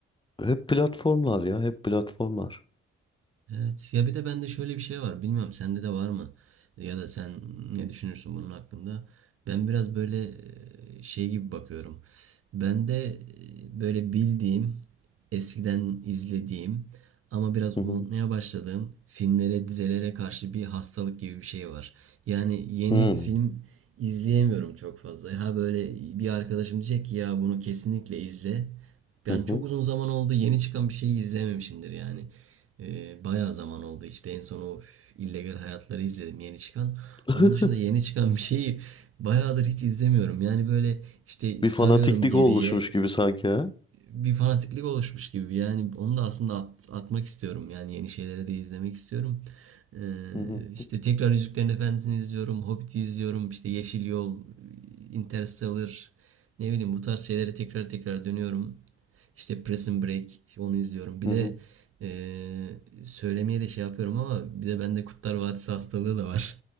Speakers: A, on the left; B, on the right.
A: Hep platformlar ya, hep platformlar.
B: Evet ya bir de bende şöyle bir şey var. Bilmiyorum sende de var mı? Ya da sen ne düşünürsün bunun hakkında? Ben biraz böyle e, şey gibi bakıyorum. Ben de e, böyle bildiğim, eskiden izlediğim ama biraz
A: Hı hı.
B: unutmaya başladığım filmlere, dizelere karşı bir hastalık gibi bir şey var. Yani yeni
A: Hı
B: film izleyemiyorum çok fazla. Ha böyle bir arkadaşım diyecek ki ya bunu kesinlikle izle. Yani
A: hı.
B: çok
A: hı.
B: uzun zaman oldu yeni çıkan bir şeyi izlememişimdir yani. Ee, bayağı zaman oldu işte en son o illegal hayatları izledim yeni çıkan.
A: <laughs>
B: Onun dışında yeni çıkan bir şeyi bayağıdır hiç izlemiyorum. Yani böyle işte
A: Bir
B: sarıyorum
A: fanatiklik
B: geriye
A: oluşmuş gibi sanki ha.
B: bir fanatiklik oluşmuş gibi. Yani onu da aslında at- atmak istiyorum. Yani yeni şeyleri de izlemek istiyorum. Ee,
A: Hı hı,
B: işte tekrar Yüzüklerin Efendisi'ni izliyorum. Hobbit'i izliyorum. İşte Yeşil Yol, Interstellar. Ne bileyim bu tarz şeylere tekrar tekrar dönüyorum. İşte Prison Break işte onu izliyorum. Bir
A: hı
B: de
A: hı.
B: ee, söylemeye de şey yapıyorum ama bir de bende Kurtlar Vadisi hastalığı da var.